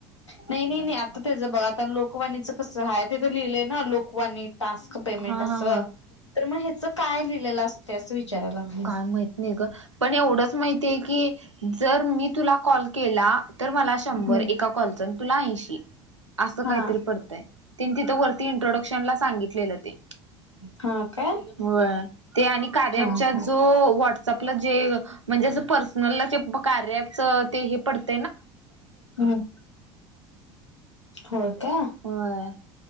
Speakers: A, on the left; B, on the right.
A: नाही, नाही, नाही आता तेज बघ आता लोकवाणीच कस आहेय तिथं लिहिलंय ना लोकवाणी टास्क पेमेंट
B: हा
A: अस,
B: हा हा
A: तर मग ह्याच काय लिहिलेलं असतय असं विचारायला लागले
B: काय माहित नाही ग पण एवढच माहित ते कि जर मी तुला कॉल केला तर मला शंभर
A: हम्म
B: एका कॅलच तुला ऐंशी. असं
A: हा
B: काहीतरी पडतय तेनी तिथं वरती इंट्रोडक्शन ला सांगितलेलं ते.
A: हा काय?
B: व्हय, ते आणि कार्याच्या
A: हा हा
B: जो व्हाट्सअप ला जे म्हणजे असं पर्सनल ला जे कार्याचं ते हे पडतंय.
A: हम्, होय काय.
B: होय